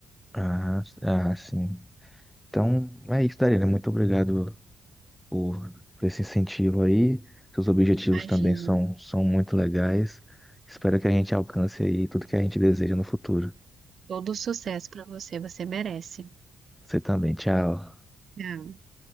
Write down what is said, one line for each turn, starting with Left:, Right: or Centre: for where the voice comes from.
Centre: Ah, ah, sim. Então, é isso, Darina. Muito obrigado por, por esse incentivo aí. Seus objetivos
Right: Imagino.
Centre: também são, são muito legais. Espero que a gente alcance aí tudo que a gente deseja no futuro.
Right: Todo sucesso pra você, você merece.
Centre: Você também. Tchau.
Right: Ah.